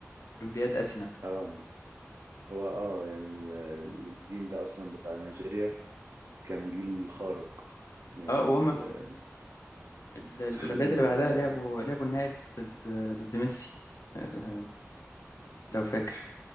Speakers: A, on the left; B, on the right.
A: أولمبياد أثينا
B: اه هو اه يعني آه، الجيل ده اصلا بتاع نيجيريا كان جيل خارق يعني
A: اه وهما
B: آه،
A: ال- الأولمبياد
B: خدوا
A: اللي بعدها
B: آه،
A: لعبوا لعبوا النهائي ضد ضد ميسي آه، لو فاكر